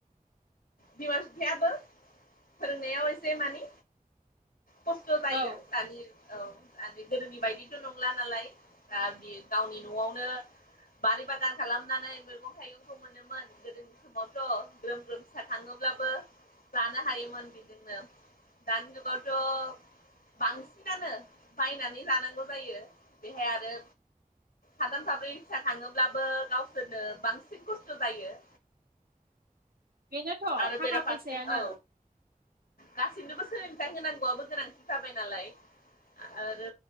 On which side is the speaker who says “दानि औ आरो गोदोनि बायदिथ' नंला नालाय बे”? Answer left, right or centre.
Left